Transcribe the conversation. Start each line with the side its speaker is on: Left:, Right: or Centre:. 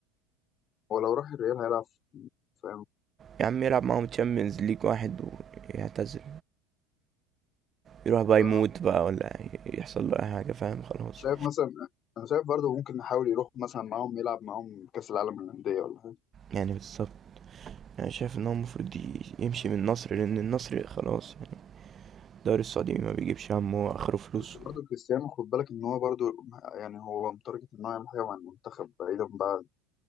Left: هو لو راح الريال هيلعب فاهم
Right: يا عم يلعب معاهم تشامبيونز ليج واحد ويعتزل يروح بقى يموت
Left: آه.
Right: بقى ولا يحصل له اي حاجه فاهم خلاص
Left: شايف مثلا أنا شايف برضه ممكن نحاول يروح مثلا معاهم يلعب معاهم كأس العالم للأندية ولا حاجة
Right: يعني بالظبط يعني شايف ان هو المفروض ي- يمشي من النصر لان النصر خلاص يعني الدوري السعودي ما بيجيبش همه اخره فلوس
Left: بس برضه كريستيانو خد بالك إن هو برضه يعني هو متارجت إن هو يعمل حاجة مع المنتخب بعيدا بقى